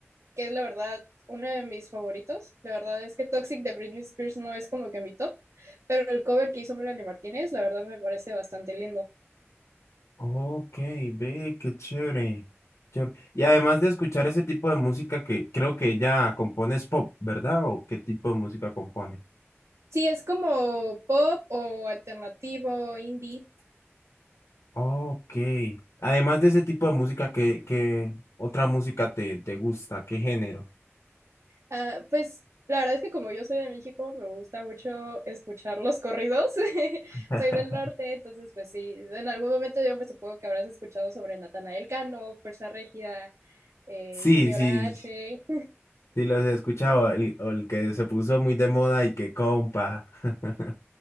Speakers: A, on the right; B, on the left.
A: que es la verdad uno de mis favoritos. La verdad es que Toxic de Britney Spears no es como que mi top, pero el cover que hizo Melanie Martínez, la verdad me parece bastante lindo.
B: Ok, ve, qué chévere. chévere. Y además de escuchar ese tipo de música que creo que ella compone es pop, ¿verdad? ¿O qué tipo de música compone?
A: Sí, es como pop o alternativo, indie,
B: Ok. Además de ese tipo de música, ¿qué, qué otra música te, te gusta? ¿Qué género?
A: Ah, pues la verdad es que como yo soy de México, me gusta mucho escuchar los corridos. <laughs>
B: <laughs>
A: Soy del norte, entonces pues sí, en algún momento yo me supongo que habrás escuchado sobre Natanael Cano, Fuerza Régida, eh,
B: Sí,
A: Junior
B: sí,
A: H.
B: sí los he escuchado. El, o el que se puso muy de moda y que compa. <laughs>